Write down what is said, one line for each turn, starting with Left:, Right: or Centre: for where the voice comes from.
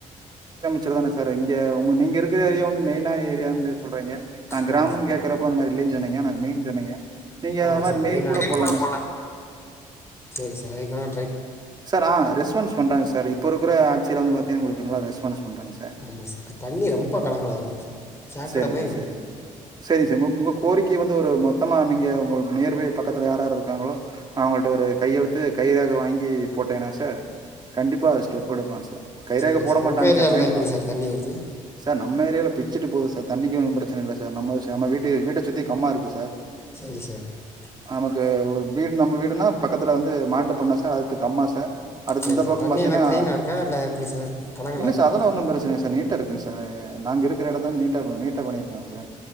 Right: சரிதான சார் இங்க உங்க நீங்க இருக்கிற ஏரியா வந்து மெயினா ஏரியான்னு சொல்றீங்க நான் கிராமம்
Left: ஆமாம்
Right: கேக்குறப்ப அந்த மாரி இல்லன்னு சொன்னீங்க ஆனா மெயின் சொன்னீங்க நீங்க
Left: ஆமா
Right: அது மாதிரி
Left: சார்
Right: மெயில்
Left: மெயினான
Right: கூட
Left: ஏரியா
Right: போடலாமே சார்
Left: சேரி சார் அதுக்கு வேனா
Right: சார் ஆ ரெஸ்பான்ஸ் பண்றாங்க சார் இ இப்ப இருக்குற ஆட்சில வந்து பாத்தீங்கனா உங்களுக்கு நல்ல ரெஸ்பான்ஸ் பண்றாங்க சார்
Left: ஆமா சார் தண்ணி ரொம்ப கலங்கலா வருது சார் சாக்கடை
Right: சரிங்க
Left: மாதிரி
Right: சார்
Left: வருது
Right: சரி சரிங்க சார் உ உங்க கோரிக்கை வந்து ஒரு மொத்த மொத்தமா நீங்க உங்களுக்கு நியர்பை பக்கத்துல யார் யார் இருக்காங்களோ அவங்கள்கிட்ட ஒரு கையெழுத்து கை ரேகை வாங்கி போட்டேங்னா சார் கண்டிப்பாக ஸ்டெப் எடுப்பாங்க சார் கைராக
Left: சரி
Right: போட மாட்டாங்க
Left: உங்கள் ஏரியாலெலாம்
Right: சார் பயந்துக்கு
Left: எப்படி
Right: வாங்க
Left: சார் தண்ணி வருது
Right: சார் நம்ம ஏரியாவிலே பி வச்சிட்டு போதும் சார் தண்ணிக்கு ஒன்னும் பிரச்சனை இல்லை சார் நம்ம நம் வீட்டு வீட்டை சுற்றி கம்மாய் இருக்குது சார்
Left: சரி சார் <inaudible>
Right: நமக்கு ஒரு வீடு நம்ம வீடுனா பக்கத்தில் வந்து மாட்டு பண்ணைசார் அடுத்து கம்மா சார் அடுத்து
Left: சரி
Right: இந்த
Left: சார்
Right: பக்கம்
Left: தண்ணி
Right: பாத்தீங்கன்னா
Left: எல்லாம் கிளீனா இருக்கா இல்ல எப்படி சார் கலங்கலா
Right: இல்ல
Left: இருக்கா
Right: சார் அதெல்லாம் ஒன்னும் பிரச்சனை இல்ல சார். நீட்டா இருக்குங்க சார் நாங்க இருக்கு எல்லா இடத்துலயும் நீ நீட்டா பண்ணியிருக்காங்க சார்